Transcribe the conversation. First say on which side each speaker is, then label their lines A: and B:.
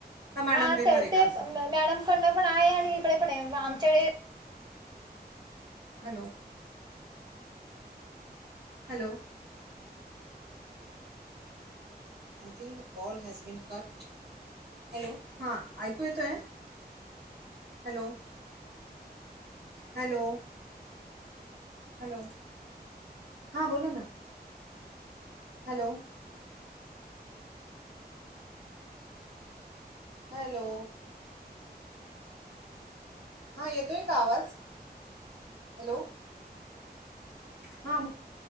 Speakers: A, on the right (about 80°); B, on the right (about 25°).
A: का मॅडम
B: हा
A: देणार
B: ते
A: आहे
B: ते
A: का
B: मॅडम कडनं पण आहे आणि इकडे पण आहे आमच्याकडे
A: hello, hello, I think the call has been cut. Hello हां ऐकू येतोय. हॅलो हॅलो, हॅलो, हा बोला ना, हॅलो हॅलो हा येतोय का आवाज, हॅलो हां ब